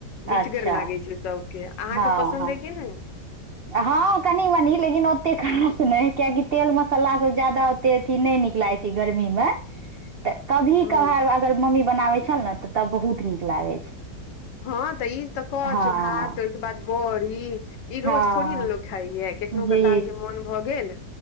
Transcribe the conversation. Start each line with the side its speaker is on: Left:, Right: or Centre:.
Left: रुचिगर
Right: अच्छा
Left: लागय छै सभके, अहाँके
Right: हँ
Left: पसन्द
Right: हँ
Left: अइ कि नहि।
Right: हँ कनि मनि लेकिन ओतेक खास नहि, कियाकि तेल मसला स ज्यादा एते अथी नै नीक लागै छै, गरमी में
Left: <inaudible>
Right: तऽ कभी
Left: हूँ
Right: कभार अगर मम्मी बनाबै छल न, तऽ तब बहुत नीक लागै छै।
Left: हँ तऽ ई तऽ कच
Right: हँ
Left: भात, ओहि के बाद बड़ी ई
Right: हँ
Left: रोज थोड़ी ने लोक खाइ ये, कखनो
Right: जी
Left: कताल जे मोन भ गेल